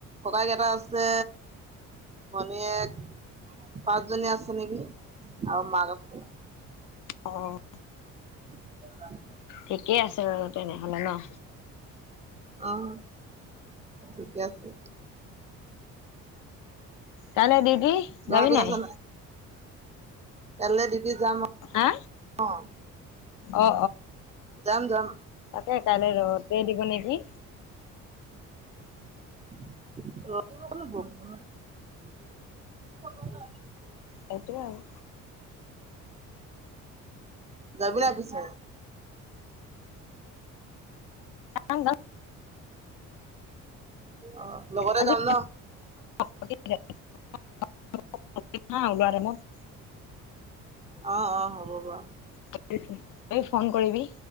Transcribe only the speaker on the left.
অ',
ঠিকেই আছে বাৰু তেনে হ'লে ন।
কাইলৈ দিওটি,
যাবি নে নাই।
হা
অ
এ, কাইলৈ ৰ'দে দিব নেকি।
সেইটোৱেই বাৰু।
যাম যাম
আজি
<unintelligible>
ত, ফোন কৰিবি